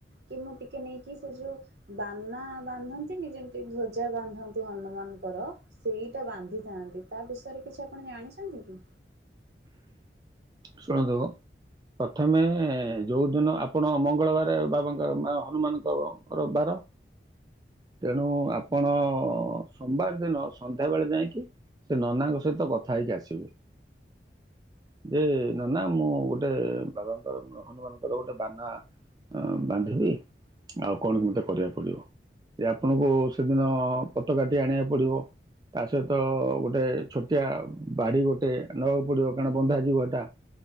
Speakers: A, on the right; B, on the right.
A: କି ମୁଁ ଟିକେ ନେଇକି ସେ ଯୋଉ ବାନା ବାନ୍ଧନ୍ତିନି ଯେମିତି ଧ୍ଵଜା ବାନ୍ଧନ୍ତି ହନୁମାନଙ୍କର ସେଇଟା ବାନ୍ଧିଥାନ୍ତି ତା ବିଷ କିଛି ଆପଣ ଜାଣିଛନ୍ତି କି?
B: ଶୁଣନ୍ତୁ ପ୍ରଥମେ ଯୋଉ ଦିନ ଆପଣ ମଙ୍ଗଳବାରେ ବାବାଙ୍କ ମା ହନୁମାନଙ୍କର ବାର ତେଣୁ ଆପଣ ସୋମବାର ଦିନ ସନ୍ଧ୍ୟା ବେଳେ ଯାଇଁକି ସେ ନନାଙ୍କ ସହିତ କଥା ହେଇକି ଆସିବେ ଯେ ନନା ମୁଁ ଗୋଟେ ବାବାଙ୍କର ହନୁମାନଙ୍କର ଗୋଟେ ବାନା ଅଁ ବାନ୍ଧିବି ଆଉ କଣ କେମତେ କରିବାକୁ ପଡ଼ିବ ଏ ଆପଣଙ୍କୁ ସେଦିନ ପତକାଟି ଆଣିବାକୁ ପଡ଼ିବ ତା ସହିତ ଗୋଟେ ଛୋଟିଆ ବାଡ଼ି ଗୋଟେ ନବାକୁ ପଡିବ କାରଣ ବନ୍ଧା ଯିବ ଏଟା।